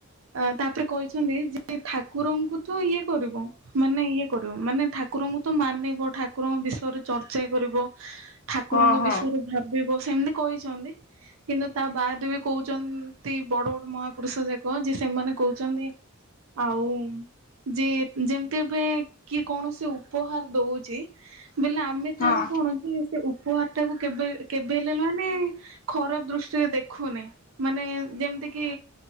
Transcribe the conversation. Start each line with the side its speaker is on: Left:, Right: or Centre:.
Right: ଅ ତାପରେ କହିଛନ୍ତି ଯେ ଠାକୁରଙ୍କୁ ତ ଇଏ କରିବ ମାନେ ଇଏ କରିବ ମାନେ ଠାକୁରଙ୍କୁ ତ ମାନିବ ଠାକୁରଙ୍କ ବିଷୟରେ ଚର୍ଚ୍ଚା କରିବ ଠାକୁରଙ୍କ
Left: ହଁ ହଁ
Right: ବିଷୟରେ ଭାବିବ ସେମିତି କହିଛନ୍ତି କିନ୍ତୁ ତା ବାଦ ବି କହୁଛନ୍ତି ବଡ ବଡ ମହାପୁରୁଷ ଯାକ ଯିଏ ସେମାନେ କହୁଛନ୍ତି ଆଉ ଯିଏ ଯେମିତି ଏବେ କିଏ କୌଣସି ଉପହାର ଦଉଛି ବୋଇଲେ ଆମେ ତାର
Left: ହଁ
Right: କଣସି <unintelligible> ସେ ଉପହାର ଟାକୁ କେବେ କେବେ ହେଲେ ମାନେ ଖରାପ ଦୃଷ୍ଟିରେ ଦେଖୁନେ ମାନେ ଯେମିତି କି